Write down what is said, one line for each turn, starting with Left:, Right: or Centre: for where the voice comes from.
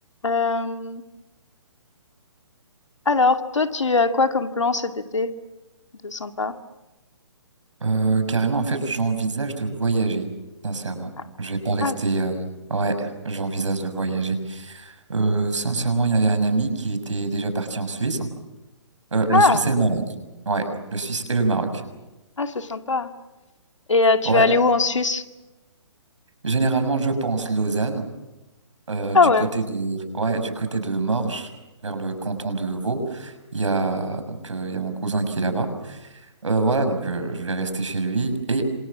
Left: Euh, alors, toi, tu as quoi comme plan cet été de sympa?
Right: Euh, carrément, en fait, j'envisage de voyager, sincèrement.
Left: Ah,
Right: Je vais pas rester.
Left: ah,
Right: euh, Ouais, j'envisage de voyager. Euh, sincèrement, il y avait un ami qui était déjà parti en Suisse. Euh, le
Left: ah,
Right: Suisse et le Maroc. Ouais, le Suisse et le Maroc.
Left: ah, c'est sympa. Et euh, tu
Right: Ouais,
Left: vas aller où en Suisse?
Right: généralement, je pense Lausanne, euh,
Left: Ah
Right: du
Left: ouais.
Right: côté de, ouais, du côté de Morges, vers le canton de Vaud. Il y a donc euh, il y a mon cousin qui est là-bas. Euh, voilà, donc euh, je vais rester chez lui et